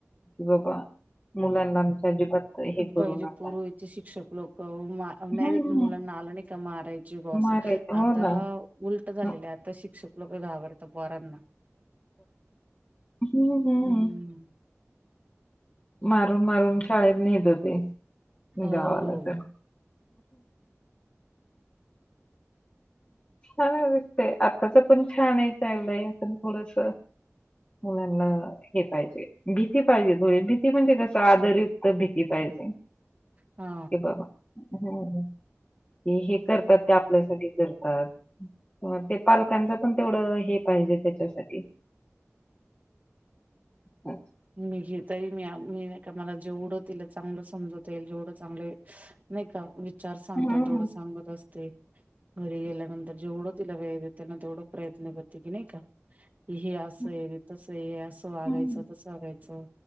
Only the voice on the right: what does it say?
पयले
पूर्वीचे शिक्षक लोकं,
डायरेक्ट मुलांना आलं नाही का मारायची ब्वा असं
आता
उलटं झालेलंय,
आता शिक्षक लोकं घाबरतं पोरांना.
हम्म.
हो
हा
मी घे तरी मी मी नाही का, मला जेवढं तिला चांगलं समजता येईल जेवढं चांगले नाही का,, विचार सांगता
एईल तेवढं सांगत असते. घरी गेल्यानंतर जेवढं तिला वेळ देताना तेवढं प्रयत्न करते की नाही का हे असं
आहे रे तसं हे, हे असं वागायचं
तसं वागायचं,,